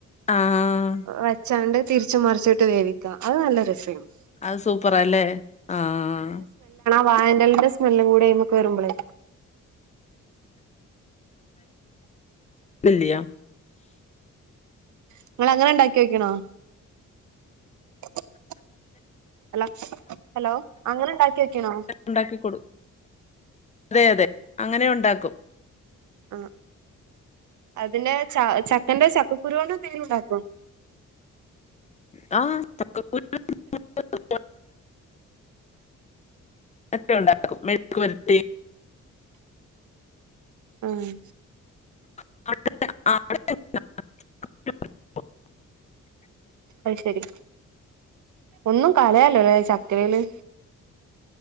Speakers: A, on the left; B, on the right.
A: ആഹ്
B: വെച്ചാണ്ട് തിരിച്ചും മറുച്ചൂട്ട് വേവിക്ക അത് നല്ല രസേനി
A: അത് സൂപ്പറാല്ലേ ആഹ
B: വായൻ്റലന്റെ സ്മെല്ലും കൂടെ അയ്മക്ക് വരുമ്പളേ
A: ഇല്ല്യോ
B: ഇങ്ങളങ്ങനെ ഇണ്ടാക്ക്യോക്കീണോ? <inaudible> ഹലോ ഹലോ അങ്ങനെ ഇണ്ടാക്കിയോ ക്കീണോ?
A: ഉണ്ടാക്കി കൊടു അതെ അതെ അങ്ങനെ ഉണ്ടാക്കും
B: അ അതിന്റെ ച ചക്കന്റെ ചക്കകുരോണ്ട് എത്തെങ്കിലുണ്ടാക്കോ?
A: ആ <unintelligible> <unintelligible> മെഴുക്ക് വരട്ടി
B: ആഹ്
A: <inaudible>
B: അയ്ശെരി ഒന്നും കളയാൻല്ലലേ ചക്കയില്